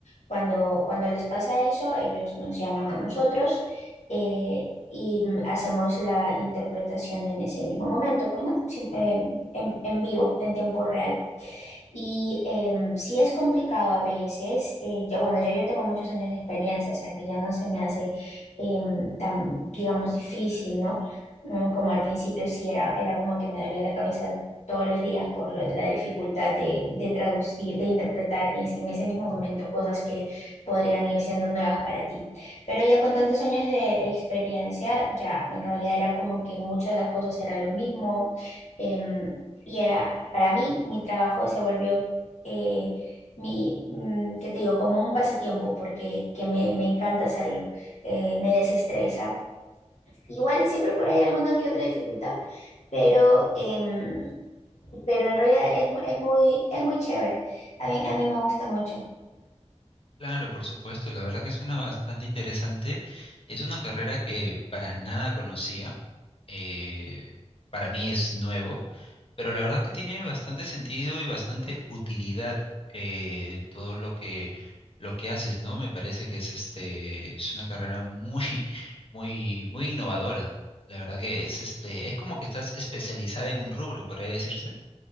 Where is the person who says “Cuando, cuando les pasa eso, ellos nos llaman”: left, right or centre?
Left